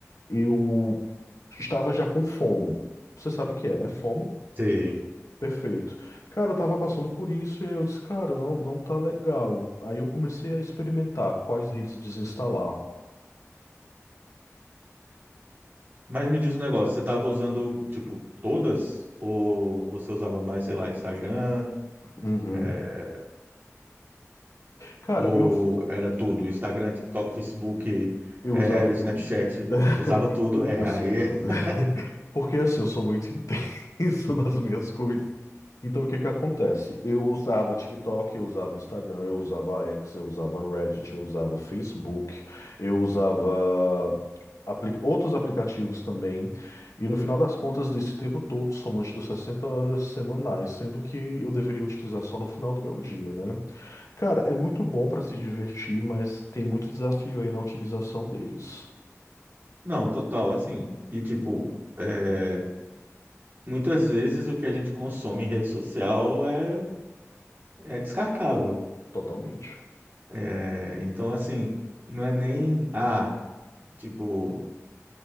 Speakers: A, on the left; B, on the right.
A: Eu estava já com FOMO. Você sabe o que é, né? FOMO?
B: Sim.
A: Perfeito. Cara, eu tava passando por isso e aí eu disse, cara, não, não tá legal. Aí eu comecei a experimentar quais redes desinstalar.
B: Mas me diz um negócio, você estava usando, tipo, todas? Ou você usava mais, sei lá, Instagram?
A: Uhum.
B: É,
A: Cara,
B: ou
A: eu,
B: era tudo? Instagram, TikTok, Facebook,
A: eu
B: é,
A: usava
B: Snapchat,
A: tudo. <laughs>
B: usava tudo? É,
A: Eu sou
B: aí...
A: tudo.
B: é-
A: <laughs> Porque assim, eu sou muito <laughs> intenso nas minhas coisas. Então, o que que acontece? Eu usava TikTok, eu usava Instagram, eu usava X, eu usava Reddit, eu usava Facebook, eu usava apli- outros aplicativos também. E no final das contas, desse tempo todo, somante das 60 horas semanais, sendo que eu deveria utilizar só no final do meu dia, né? Cara, é muito bom para se divertir, mas tem muito desafio aí na utilização deles.
B: Não, total, assim, e tipo, é, muitas vezes o que a gente consome em rede social é, é descartável.
A: Totalmente.
B: É, então, assim, não é nem, ah, tipo...